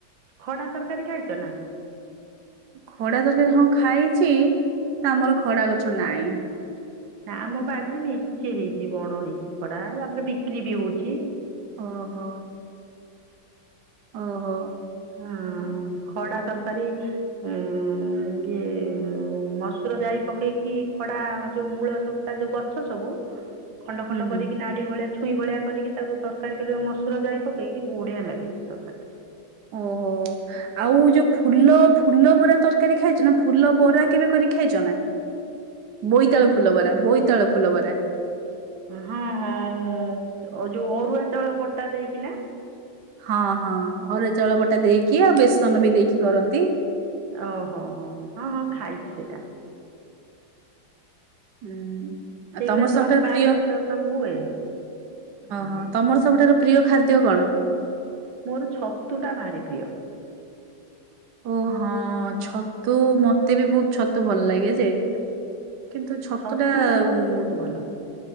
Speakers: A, on the right (about 80°); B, on the right (about 65°).
A: ଖଡା ତରକାରୀ ଖାଇଚ ନା?
B: ଖଡା ତରକାରୀ ହଁ ଖାଇଚି ଆମର ଖଡା ଗଛ ନାଇଁ।
A: ନା ଆମ ବାଡିରେ ନିଚେ ହେଇଚି ବଣ ହେଇଚି ଖଡା ତାପରେ ବିକ୍ରି ବି ହଉଚି।
B: ଅ ହୋ। ଓ ହୋ।
A: ହଁ ଖଡା ତରକାରୀ ଉଁ ଇଏ ମସୁର ଜାଇ ପକେଇକି ଖଡା ଯୋଉ ମୂଳ ସବୁ ତା ଯୋଉ ଗଛ ସବୁ
B: <inaudible>
A: ଖଣ୍ଡ ଖଣ୍ଡ କରିକି
B: ହୁଁ
A: ନା ଡି ଭଳିଆ ଛୁଇଁ ଭଳିଆ କରିକି ତାକୁ ତରକାରୀ କରିଦବ ମସୁର ଜାଇ ପକେଇକି ବଢିଆ ଲାଗେ ସେ ତରକାରୀ ଟା।
B: ଓ ହୋ। ଆଉ ଯୋଉ ଫୁଲ ଫୁଲ ବରା ତରକାରୀ ଖାଇଚ ନା ଫୁଲ ବରା କେବେ କରି ଖାଇଚ ନା? ବୋଇତାଳୁ ଫୁଲ ବରା ବୋଇତାଳୁ ଫୁଲ ବରା।
A: ହଁ ହଁ ହଁ ଯୋ-ଯୋଉ ଅରୁଆ ଚାଉଳ ବଟା ଦେଇକି ନା?
B: ହଁ ହଁ ଅରୁଆ ଚାଉଳ ବଟା ଦେଇକି ଆଉ ବେସନ ବି ଦେଇକି କରନ୍ତି।
A: ଅ ହ ହ ହଁ ହଁ ଖାଇଚି ସେଇଟା।
B: ହୁଁ ହୁଁ ଆଉ
A: ସେଇଗୁଡ଼ା
B: ତମର ସବୁଠାରୁ
A: ସବୁ ଆମ ବାଡ଼ିରେ
B: ପ୍ରିୟ ଅ
A: ତ ସବୁ ହୁଏ ଆଉ
B: ହ ତମର ସବୁଠାରୁ ପ୍ରିୟ ଖାଦ୍ୟ କଣ?
A: ମୋର ଛତୁ ଟା ଭାରି ପ୍ରିୟ।
B: ଓ ହଁ ଛତୁ ମତେ ବି ବହୁତ ଛତୁ ଭଲ ଲାଗେ ଯେ। କିନ୍ତୁ ଛତୁ
A: ଛତୁଟା
B: ଟା
A: ମୋର
B: ଉ
A: ବହୁତ ଭଲ